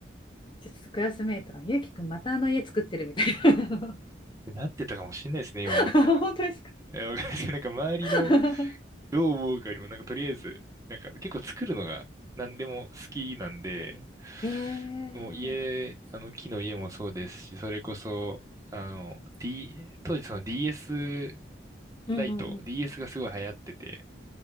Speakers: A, on the left (about 25°); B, on the right (about 20°).
A: ちょっとクラスメイトが、ゆうきくんまたあの家作ってるみたいな。
B: なってたかもしれないですね、今思ったら。
A: <laughs> 本当ですか
B: え、わかんないです。なんか周りの
A: <laughs>
B: どう思うかよりも、なんかとりあえず、なんか結構作るのが何でも好きなんで、
A: えー、
B: もう家、あの木の家もそうですし、それこそ、あの、D、当時その DS
A: うんうんうん。
B: ライト、DS がすごい流行ってて、